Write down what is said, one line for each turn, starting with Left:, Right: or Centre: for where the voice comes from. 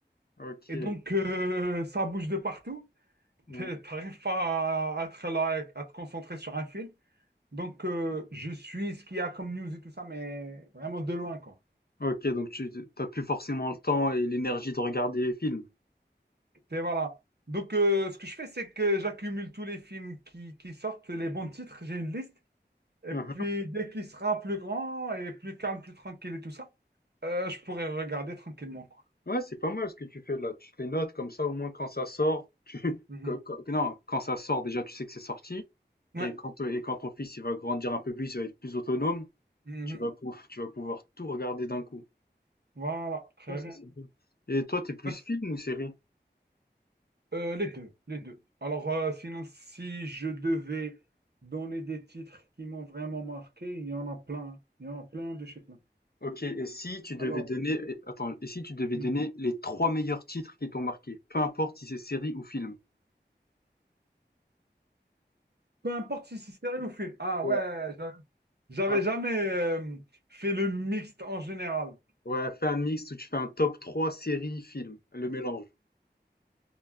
Left: ok.
Right: Et donc, euh, <laughs> ça bouge de partout. <laughs>
Left: Mhm.
Right: T'arrives pas à, être là, et à te concentrer sur un film. Donc, euh, je suis ce qu'il y a comme news et tout ça, mais vraiment de loin, quoi.
Left: Ok, donc tu t'as plus forcément le temps et l'énergie de regarder les films.
Right: Et voilà. Donc, euh, ce que je fais, c'est que j'accumule tous les films qui, qui sortent, les bons titres, j'ai une liste. Et
Left: Mhm.
Right: puis, dès qu'il sera plus grand et plus calme, plus tranquille et tout ça, euh, je pourrai regarder tranquillement, quoi.
Left: Ouais, c'est pas mal ce que tu fais là. Tu te les notes comme ça, au moins quand ça sort, tu <laughs>
Right: Mhm.
Left: quand- quand- non, quand ça sort déjà, tu sais que c'est sorti.
Right: Ouais.
Left: Et quand et quand ton fils il va grandir un peu plus, il va être plus autonome.
Right: Mhm.
Left: Tu vas pou- tu vas pouvoir tout regarder d'un coup.
Right: Voilà. Très
Left: Ouais, ça
Right: bien.
Left: c'est bien. Et toi, t'es plus
Right: Donc,
Left: film ou série?
Right: Euh, les deux, les deux. Alors, euh, sinon, si je devais donner des titres qui m'ont vraiment marqué, il y en a plein. Il y en a plein de chez plein.
Left: Ok, et si tu devais
Right: Alors,
Left: donner, et- attends, et si tu devais
Right: hmm,
Left: donner les trois meilleurs titres qui t'ont marqué, peu importe si c'est série ou film.
Right: peu importe si c'est série ou film. Ah
Left: Ouais.
Right: ouais, j'avais j'avais
Left: Un-
Right: jamais euh, fait le mixte en général.
Left: ouais, fais un mix où tu fais un top 3 série, film, le mélange.